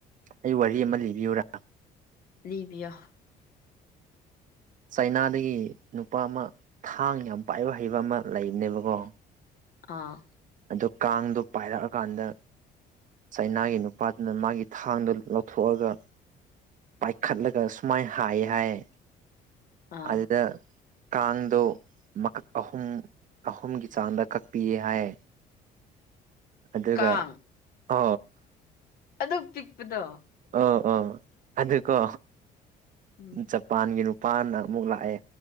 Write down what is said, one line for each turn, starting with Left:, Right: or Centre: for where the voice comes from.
Right: ꯑꯩ ꯋꯥꯔꯤ ꯑꯃ ꯂꯤꯕꯤꯌꯨꯔ
Left: ꯂꯤꯕꯤꯌꯣ
Right: ꯆꯩꯅꯥꯏꯗꯒꯤ ꯅꯨꯄ ꯑꯃ ꯊꯥꯡ ꯌꯥꯝ ꯄꯥꯏꯕ ꯍꯩꯕ ꯑꯃ ꯂꯩꯕꯅꯦꯕꯀꯣ
Left: ꯑꯥ
Right: ꯑꯗꯨ ꯀꯥꯡꯗꯣ ꯄꯥꯏꯔꯛꯑꯀꯥꯟꯗ ꯆꯩꯅꯥꯒꯤ ꯅꯨꯄꯥꯗꯨꯅ ꯃꯥꯒꯤ ꯊꯥꯡꯗꯣ ꯂꯧꯊꯣꯛꯑꯒ ꯄꯥꯏꯈꯠꯂꯒ ꯁꯨꯃꯥꯏ ꯍꯥꯏꯌꯦ ꯍꯥꯏꯌꯦ
Left: ꯑꯥ
Right: ꯑꯗꯨꯗ ꯀꯥꯡꯗꯣ ꯃꯀꯛ ꯑꯍꯨꯝ ꯑꯍꯨꯝꯒꯤ ꯆꯥꯡꯗ ꯀꯛꯄꯤꯌꯦ ꯍꯥꯏ ꯑꯗꯨꯒ
Left: ꯀꯥꯡ
Right: ꯑ
Left: ꯑꯗꯨ ꯄꯤꯛꯄꯗꯣ
Right: ꯑ ꯑ ꯑꯗꯨꯀꯣ
Left: ꯎꯝ
Right: ꯖꯄꯥꯟꯒꯤ ꯔ ꯖꯄꯥꯟꯅ ꯑꯃꯨꯛ ꯂꯥꯛꯑꯦ